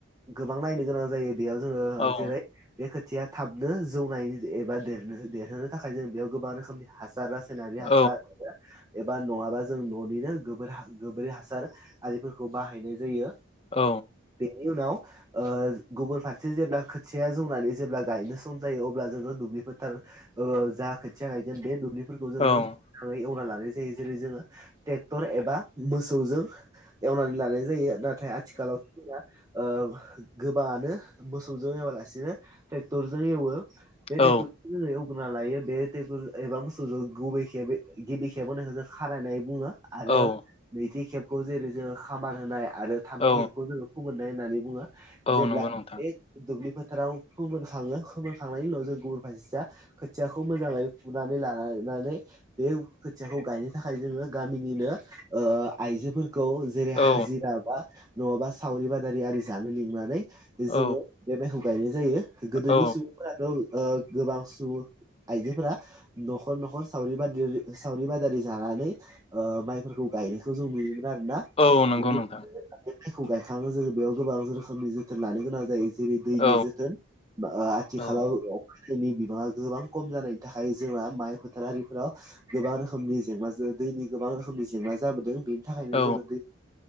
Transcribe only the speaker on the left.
औ
औ
औ
औ
औ
औ
औ
औ
नंगौ नोंथां
औ
औ
औ
औ नंगौ
नोंथां
औ
औ
औ